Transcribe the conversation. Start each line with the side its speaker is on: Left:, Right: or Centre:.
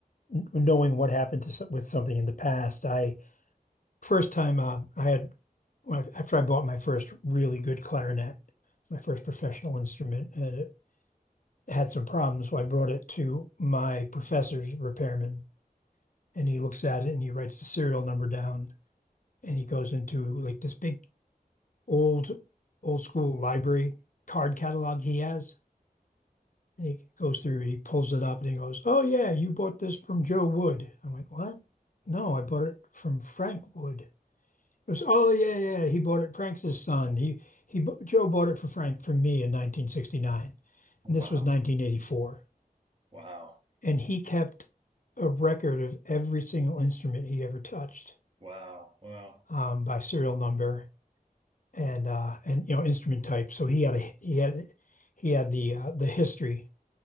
Left: n- knowing what happened to so- with something in the past. I first time um, I had when I, after I bought my first really good clarinet, my first professional instrument, and it had some problems, so I brought it to my professor's repairman, and he looks at it and he writes the serial number down, and he goes into like this big old old school library card catalog he has. And he goes through and he pulls it up and he goes, "Oh yeah, you bought this from Joe Wood." I went, "What? No, I bought it from Frank Wood." He goes, "Oh yeah, yeah, he bought it. Frank's his son. He he Joe bought it for Frank from me in 1969, and this
Right: Wow.
Left: was 1984."
Right: Wow.
Left: And he kept a record of every single instrument he ever touched
Right: Wow. Wow.
Left: um, by serial number and uh and you know instrument type. So he had a he had he had the uh, the history,